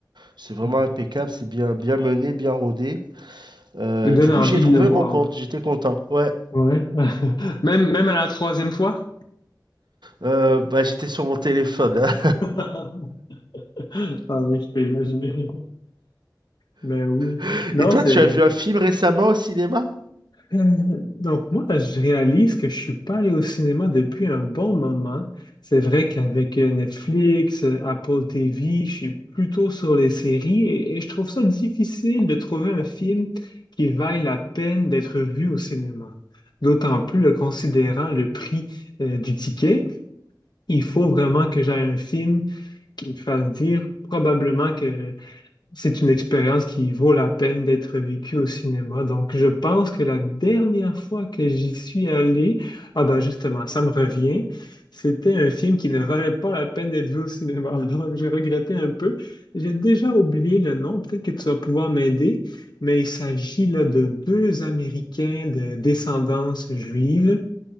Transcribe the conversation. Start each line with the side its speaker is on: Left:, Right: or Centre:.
Right: c'est vraiment
Left: ah,
Right: impeccable, c'est bien bien mené, bien rodé.
Left: <laughs>
Right: Euh,
Left: Tu donnes
Right: du coup,
Left: envie
Right: j'y ai trouvé
Left: de le voir.
Right: mon compte,
Left: hein.
Right: j'étais content. Ouais.
Left: Ouais. <laughs> Même, même à la troisième fois?
Right: Euh, bah, j'étais sur mon téléphone. hein.
Left: <laughs> <laughs> Ah oui, je peux imaginer. Ben oui.
Right: <laughs>
Left: Non,
Right: Et toi,
Left: c'est...
Right: tu as vu un film
Left: <laughs>
Right: récemment au cinéma?
Left: Euh, Donc moi, je réalise que je suis pas allé au cinéma depuis un bon moment. C'est vrai qu'avec euh, Netflix, euh, Apple TV, je suis plutôt sur les séries et, et je trouve ça difficile de trouver un film qui vaille la peine d'être vu au cinéma. D'autant plus le considérant le prix euh, du ticket, il faut vraiment que j'aie un film qui me fasse dire probablement que C'est une expérience qui vaut la peine d'être vécue au cinéma. Donc, je pense que la dernière fois que j'y suis allé, ah ben justement, ça me revient, c'était un film qui ne valait pas la peine d'être vu au cinéma. <laughs> Donc, j'ai regretté un peu. J'ai déjà oublié le nom, peut-être que tu vas pouvoir m'aider, mais il s'agit là de deux Américains de descendance juive